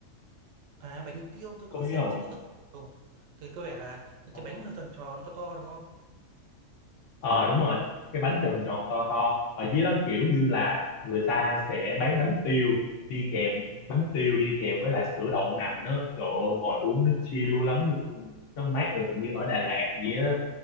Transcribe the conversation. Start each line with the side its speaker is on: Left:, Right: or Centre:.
Right: à bánh tiêu tôi
Left: có
Right: có
Left: biết
Right: xem
Left: không?
Right: trên TikTok Ồ, thì có vẻ là những
Left: Ờ,
Right: cái bánh nó tròn tròn to to đúng không
Left: Ờ, đúng rồi, cái bánh tròn tròn to to. Ở dưới đó kiểu như là người ta sẽ bán bánh tiêu đi kèm, bánh tiêu đi kèm với lại sữa đậu nành đó. Trời ơi, ngồi uống nó chill lắm luôn. Nó mát lạnh như ở Đà Lạt vậy á,